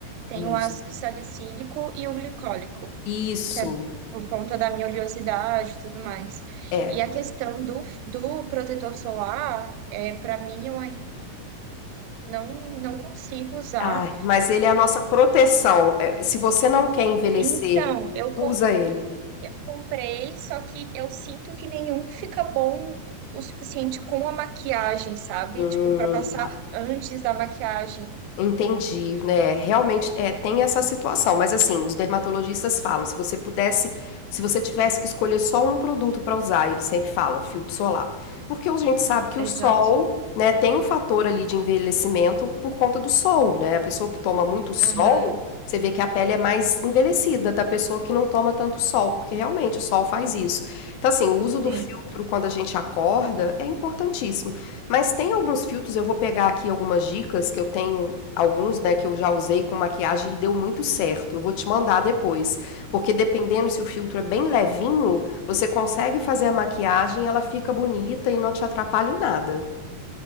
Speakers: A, on the right; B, on the left.
A: Tem o
B: Isso,
A: ácido salicílico e o glicólico,
B: isso,
A: que é por conta da minha oleosidade e tudo mais.
B: é.
A: E a questão do, do protetor solar, é, para mim, eu ainda não, não consigo usar.
B: Ai, mas ele é a nossa proteção. É, Se você não quer envelhecer,
A: Então, eu, com,
B: usa ele.
A: eu comprei, só que eu sinto que nenhum fica bom o suficiente com a maquiagem, sabe?
B: Hum,
A: Tipo, para passar
B: tá.
A: antes da maquiagem.
B: Entendi, né, realmente, é, tem essa situação, mas assim, os dermatologistas falam, se você pudesse se você tivesse que escolher só um produto para usar, eles sempre falam: "Filtro solar". Porque a gente sabe que
A: Exato.
B: o sol, né, tem um fator ali de envelhecimento por conta do sol, né, a pessoa que toma muito sol,
A: Aham.
B: você vê que a pele é mais envelhecida da pessoa que não toma tanto sol, porque realmente o sol faz isso. Então assim, o uso do
A: Sim.
B: filtro quando a gente acorda é importantíssimo. Mas tem alguns filtros, eu vou pegar aqui algumas dicas que eu tenho, alguns, né, que eu já usei com maquiagem e deu muito certo. Eu vou te mandar depois, porque dependendo se o filtro é bem levinho, você consegue fazer a maquiagem, ela fica bonita e não te atrapalha em nada.